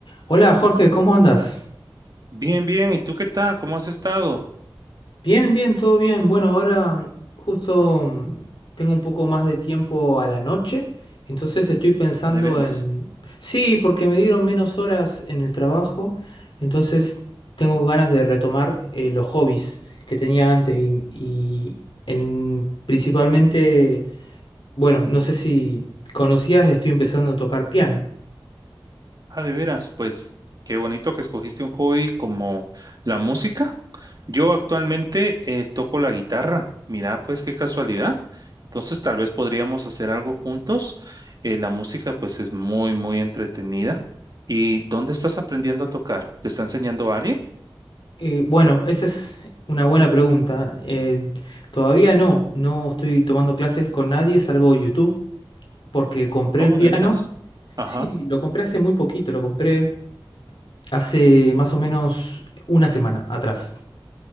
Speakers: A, on the left; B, on the right.
A: Hola Jorge, ¿cómo andas?
B: Bien, bien. ¿Y tú qué tal? ¿Cómo has estado?
A: Bien, bien, todo bien. Bueno, ahora mm, justo mm, tengo un poco más de tiempo a la noche, entonces estoy pensando
B: ¿A de veras?
A: en... Sí, porque me dieron menos horas en el trabajo, entonces tengo ganas de retomar eh, los hobbies que tenía antes y, y en... principalmente, bueno, no sé si conocías, estoy empezando a tocar piano.
B: ¿A de veras? Pues qué bonito que escogiste un hobby como la música. Yo actualmente eh, toco la guitarra. Mira, pues qué casualidad. Entonces tal vez podríamos hacer algo juntos. Eh, la música pues es muy, muy entretenida. ¿Y dónde estás aprendiendo a tocar? ¿Te está enseñando alguien?
A: Eh, bueno, esa es una buena pregunta. Eh, todavía no, no estoy tomando clases con nadie salvo YouTube, porque compré
B: Oh,
A: el piano.
B: de veras. Ajá.
A: Sí, lo compré hace muy poquito, lo compré hace más o menos una semana atrás.